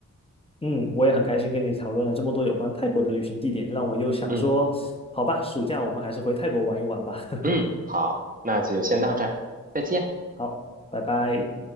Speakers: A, on the left; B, on the right.
A: 嗯，我也很开心跟你讨论了这么多有关泰国的旅行地点，让我又想说，
B: 嗯
A: 好吧，暑假我们还是回泰国玩一玩吧。<laughs>
B: 嗯，好，那就先到这儿，再见。
A: 好，拜拜。